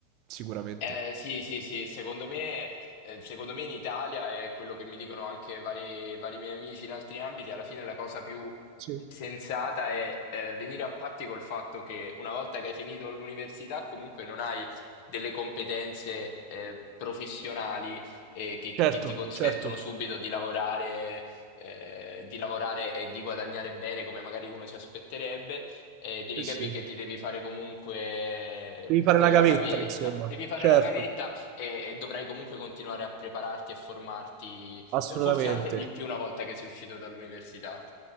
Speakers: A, on the right; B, on the left.
A: sicuramente.
B: Eh, sì, sì, sì, secondo me, eh, secondo me in Italia è quello che mi dicono anche vari, vari miei amici in altri ambiti, alla fine la cosa più
A: Sì,
B: sensata è eh, venire a patti col fatto che una volta che hai finito l'università comunque non hai delle competenze eh, professionali eh, che,
A: certo,
B: che ti consentono
A: certo.
B: subito di lavorare, eh, di lavorare e di guadagnare bene come magari uno si aspetterebbe eh, devi
A: Sì,
B: capire
A: sì.
B: che ti devi fare comunque
A: Devi fare
B: quella
A: la gavetta,
B: gavetta.
A: insomma.
B: Devi fare
A: Certo,
B: la gavetta e, e dovrai comunque continuare a prepararti e formarti,
A: assolutamente.
B: eh, forse anche di più una volta che sei uscito dall'università.